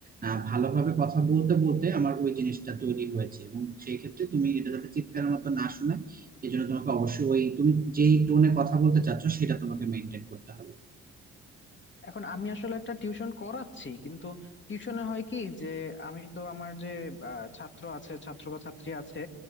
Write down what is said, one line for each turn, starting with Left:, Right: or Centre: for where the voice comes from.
Right: আহ, ভালোভাবে কথা বলতে বলতে আমার ওই জিনিসটা তৈরি হয়েছে এবং সেই ক্ষেত্রে তুমি এটা যাতে চিৎকারের মতো না শোনায় এই জন্য তোমাকে অবশ্যই ওই তুমি যেই টোনে কথা বলতে চাচ্ছ সেটা তোমাকে মেনটেন করতে হবে
Left: এখন আমি আসলে একটা টিউশন করাচ্ছি কিন্তু টিউশনে হয় কি যে আমি তো আমার যে আহ, ছাত্র আছে ছাত্র বা ছাত্রী আছে